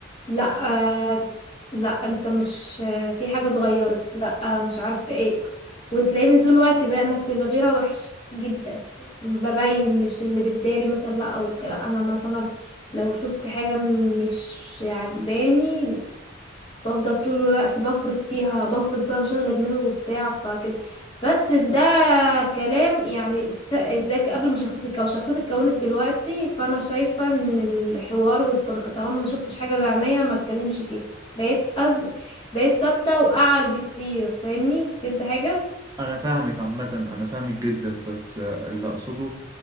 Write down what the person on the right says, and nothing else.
أنا فاهمك عامة أنا فاهمك جدا بس آه، اللي أقصده